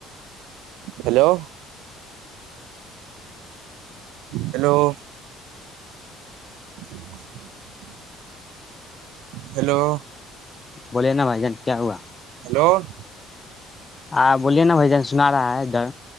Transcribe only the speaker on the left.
بولے نا بھائی جان کیا ہوا <unintelligible>
ہاں بولیے نا بھ جان سنا رہا ہے ادھر